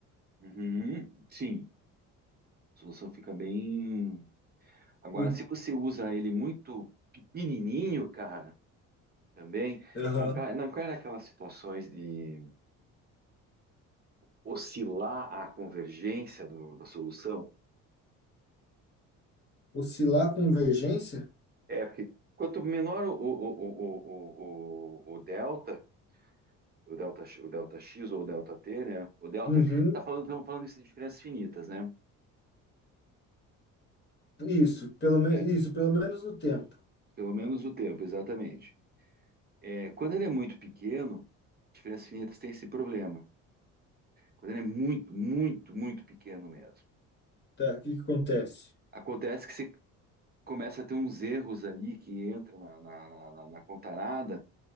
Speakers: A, on the right; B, on the left.
A: Uhum. Sim. A solução fica bem. Agora,
B: Por-
A: se você usa ele muito pequenininho, cara, também
B: Aham.
A: não cai, não cai naquelas situações de oscilar a convergência do- da solução.
B: Oscilar a convergência?
A: É porque quanto menor o, o, o, o, o, o delta, o delta, o delta x ou o delta t, né? O delta,
B: Uhum,
A: tá falando, estamos falando isso de diferenças finitas, né?
B: isso, pelo menos
A: Né?
B: isso, pelo menos no tempo.
A: Pelo menos o tempo, exatamente. É, quando ele é muito pequeno, diferenças finitas têm esse problema. Quando ele é muito, muito, muito pequeno mesmo.
B: Tá, o que que acontece?
A: Acontece que você começa a ter uns erros ali que entram na, na, na, na- na contarada,